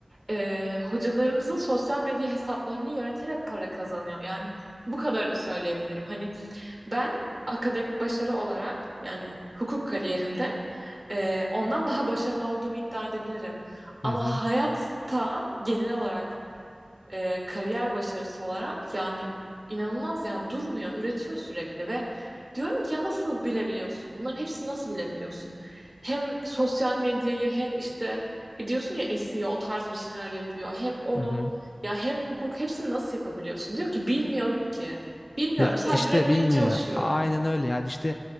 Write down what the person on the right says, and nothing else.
Ee, hocalarımızın sosyal medya hesaplarını yöneterek para kazanıyor. Yani bu kadarını söyleyebilirim. Hani ben akademik başarı olarak yani hukuk kariyerimde e, ondan daha başarılı olduğumu iddia edebilirim. Ama
hayatta genel olarak e, kariyer başarısı olarak yani inanılmaz yani durmuyor, üretiyor sürekli ve diyorum ki ya nasıl bilebiliyorsun? Bunların hepsini nasıl bilebiliyorsun? Hem sosyal medyayı hem işte e, diyorsun ya SEO o o tarz bir şeyler yapıyor. Hem onu
ya hem hukuk hepsini nasıl yapabiliyorsun? Diyor ki bilmiyorum ki. Bilmiyorum
sadece
üretmeye
çalışıyorum.